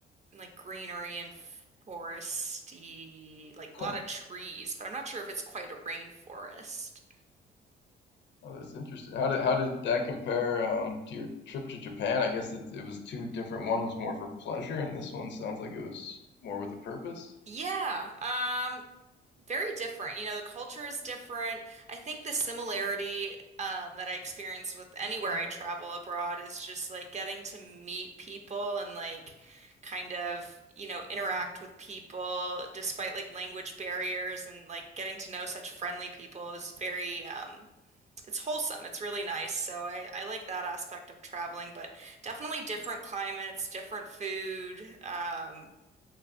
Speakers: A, on the right; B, on the left.
A: like greenery and foresty, like
B: Huh.
A: a lot of trees, but I'm not sure if it's quite a rainforest.
B: Oh, that's interesting. How did how did that compare um, to your trip to Japan? I guess it it was two different. One was more for pleasure, and this one sounds like it was more with a purpose.
A: Yeah, um, very different. You know, the culture is different. I think the similarity um, that I experience with anywhere I travel abroad is just like getting to meet people and like kind of, you know, interact with people despite like language barriers and like getting to know such friendly people is very, um, it's wholesome. It's really nice. So I, I like that aspect of traveling, but definitely different climates, different food, um,